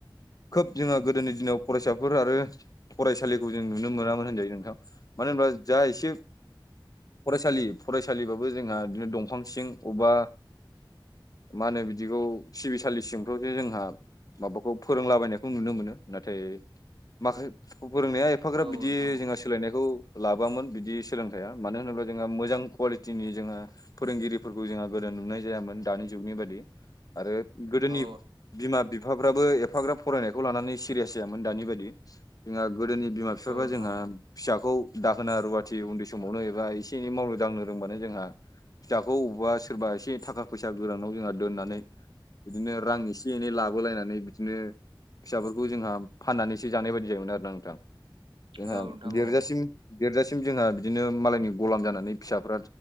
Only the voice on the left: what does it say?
खोब जोंहा गोदोनि दिनाव फरायसाफोर आरो फरायसालिखौ जों नुनो मोनामोन होनजायो नोंथां मानो होनबा जा एसे फरायसालि फरायसालिबाबो जोंहा बिदिनो दं फांसिं उबा मा होनो बिदिखौ सिबिसालिसिंफ्रावसो जोंहा माबाखौ फोरोंलाबायनाय खौ नुनो मोनो नाथाय माखासे फोरोंनाया एफाग्राब
बिदि
जों सोलायनायखौ लाबोामोन बिदि सोलोंथाइया मानो होनोब्ला जोंहा मोजां कुवालिटिनि जोंहा फोरोंगिरिफोरखौ जोंहा गोदो नुनाय जायामोन दानि जुगनि बादि आरो गोदोनि
बिमा बिफाफ्राबो एफाग्राब फरायनायखौ लानानै सिरियास जायामोन दानि बायदि जोंहा गोदोनि बिमा बिफाफा
जोंहा
फिसाखौ दाहोना रुवाथि उन्दै समावनो एबा एसे एनै मावनो दांनो रोंबानो जोंहा फिसाखौ अबावबा सोरबा एसे थाखा फैसा गोरानाव जोंहा दोननानै बिदिनो रां एसे एनै लाबोलायनानै बिदिनो फिसाफोरखौ जोंहा फाननानैसो जानाय बायदि जायोमोन आरोना नोंथां जोंहा
देरोजासिम
देरजासिम जोंहा बिदिनो मालायनि गलाम जानानै फिसाफ्रा